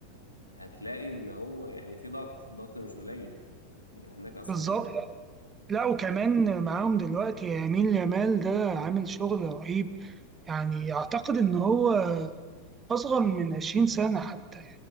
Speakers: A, on the left; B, on the right.
A: هتلاقي ان هو يعني في ضغط ضغط مش قليل يعني هناك اصلا
B: بالظبط لا وكمان
A: مصريين
B: معاهم دلوقتي يمين يامال ده عامل شغل رهيب يعني أعتقد إن هو أصغر من 20 سنة حتى